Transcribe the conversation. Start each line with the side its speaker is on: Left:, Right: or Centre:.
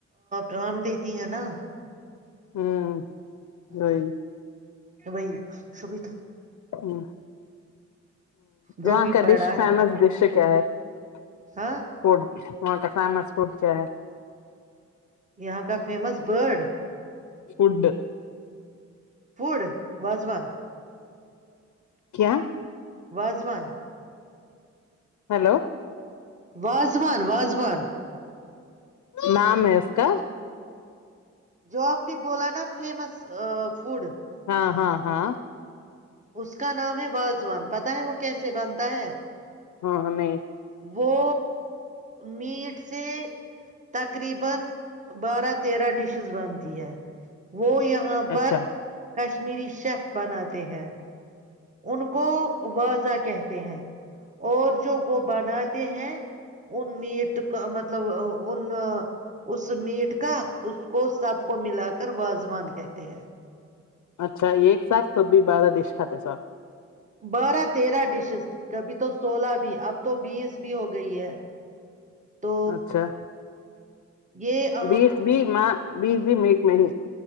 Right: کام دیتی ہے نا
Left: ہوں وہی
Right: تو وہی سبھی
Left: ہوں
Right: جب
Left: وہاں
Right: بھی
Left: کا
Right: پڑا
Left: ڈش
Right: ہے
Left: فیمس ڈش کیا ہ <inaudible>
Right: ہاں
Left: فوڈ وہاں کا فیمس فوڈ سے ہے
Right: یہاں کا فیمس فوڈ
Left: فوڈ
Right: فوڑ واضوان
Left: کیا
Right: واضوان
Left: ہیلو
Right: واضوان واضوان
Left: نام ہے اس کا
Right: جو آپ نے بولا نا فیمس فوڈ
Left: ہاں ہاں ہاں
Right: اس کا نام ہےباضوان پتا ہے وہ کیسے بنتا ہے
Left: ہاں نہیں
Right: وہ میٹ سے تقریبا بارہ تیرہ ڈشز بنتی ہے وہ یہاں
Left: اچھا
Right: پر کشمیری شیف بناتے ہیں ان کو وازا کہتے ہیں اور جو وہ بناتے ہیں او میڈ مطلب ان اس میٹ کا اس کو سب کو ملا کر واازوان کہتے ہیں
Left: اچھا ایک ساتھ سب بھی بارہ ڈیش کھاتے ہیں سو
Right: بارہ تیرہ ڈشز کبھی تو سولہ بھی اب تو بیس بھی ہو گئی ہے تو
Left: اچھا
Right: یہ عام
Left: بیس بھی م بیس بھی میٹ میں ہی